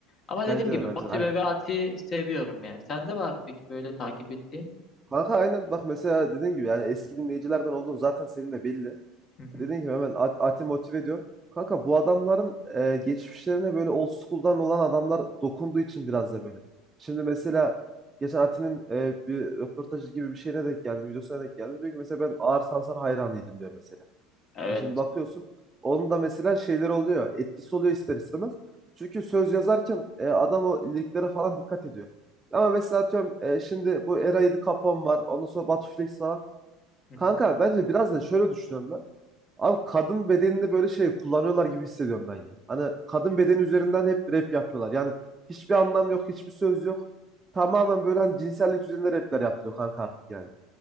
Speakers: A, on the left (about 40°); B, on the right (about 20°).
A: Ama dediğim
B: Bence
A: gibi
B: de bence
A: o tebevaati
B: de aynen.
A: seviyorum yani. Sende var mı peki böyle takip ettiğin?
B: Kanka aynen bak mesela dediğin gibi yani eski dinleyicilerden olduğun zaten senin de belli.
A: Hı hı.
B: Dediğim gibi hemen at, ati motive ediyorsun. Kanka bu adamların e, geçmişlerine böyle old school'dan olan adamlar dokunduğu için biraz da böyle. Şimdi mesela geçen Ati'nin e, bir röportajı gibi bir şeyine denk geldim. Videosuna denk geldim. Diyor ki mesela ben Ağır Sansar hayranıydım diyor mesela.
A: Evet.
B: Ya şimdi bakıyorsun onun da mesela şeyler oluyor. Etkisi oluyor ister istemez. Çünkü söz yazarken e, adam o liriklere falan dikkat ediyor. Ama mesela atıyorum e, şimdi bu Era 7 Capone var. Ondan sonra Batu Flex falan.
A: Hı
B: Kanka
A: hı.
B: bence biraz da şöyle düşünüyorum ben. Abi kadın bedenini böyle şey kullanıyorlar gibi hissediyorum ben ya. Hani kadın bedeni üzerinden hep rap yapıyorlar. Yani hiçbir anlam yok, hiçbir söz yok. Tamamen böyle hani cinsellik üzerine rapler yapılıyor kanka artık yani.